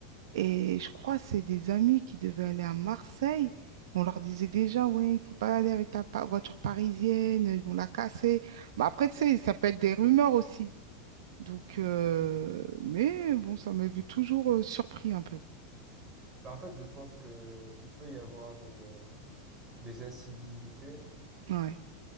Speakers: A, on the right; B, on the right.
A: Et je crois que c'est des amis qui devaient aller à Marseille. On leur disait déjà, ouais, il faut pas aller avec ta pa- voiture parisienne, ils vont la casser. Mais après, tu sais, ça peut être des rumeurs aussi. Donc, euh, mais bon, ça m'avait toujours euh, surpris un peu.
B: Bah, en fait, je pense que il peut y avoir des, euh, des incivilités,
A: Ouais,